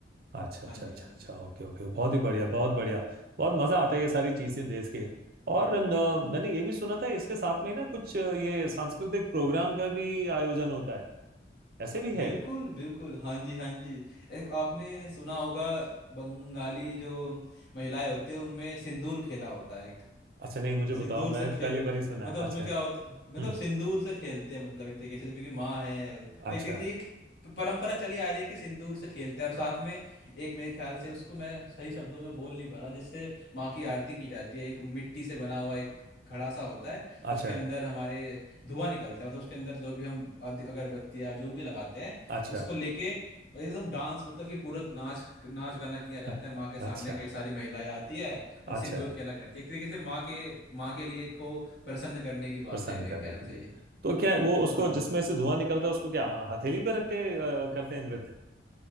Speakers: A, on the right (about 50°); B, on the left (about 60°).
A: अच्छा
B: हाँ
A: अच्छा
B: जी
A: अच्छा
B: हाँ
A: अच्छा
B: जी
A: ओके ओके बहुत ही बढ़िया बहुत बढ़िया बहुत मजा आता है ये सारी चीजें देश के और अम, अ, मैंने ये भी सुना था इसके साथ में ना कुछ अ, ये सांस्कृतिक प्रोग्राम का भी आयोजन होता है ऐसे भी है
B: बिल्कुल बिल्कुल हाँ जी हाँ जी एक आपने सुना होगा बंगाली जो महिलाएं होती है उनमें सिंदूर खेला होता है
A: अच्छा नहीं मुझे बताओ
B: सिंदूर
A: मैंने
B: से खेल
A: पहली बार ही सुना
B: मतलब
A: है
B: उसमें
A: अच्छा
B: क्या होता मतलब
A: हम्म
B: सिंदूर से खेलते हैं मतलब एक तरीके से क्योंकि माँ है तो
A: अच्छा
B: एक तरीके से एक परंपरा चली आ रही है कि सिंदूर से खेलते हैं और साथ में एक मेरे ख्याल से उसको मैं सही शब्दों में बोल नहीं पा रहा जिससे माँ की आरती की जाती है एक मिट्टी से बना हुआ एक घड़ा सा होता है
A: अच्छा
B: उसके अंदर हमारे धुआं निकलता है मतलब उसके अंदर जो भी हम आदि- अगरबत्तियाँ जो भी लगाते हैं
A: अच्छा
B: उसको लेके एकदम डांस मतलब कि पूरा नाच नाच गाना किया
A: <laughs>
B: जाता है माँ के सामने
A: अच्छा
B: कई सारी महिलाएं आती है और सिंदूर
A: अच्छा
B: खेला करती है एक तरीके से माँ के माँ के लिए को प्रसन्न करने की
A: प्रसन्न
B: बात है मेरे
A: करने
B: ख्याल
A: के
B: से
A: लिए
B: ये
A: तो क्या है, वो उसको
B: हाँ
A: जिसमें से धुआं निकलता है उसको क्या हथेली पे रख के अ, करते हैं नृत्य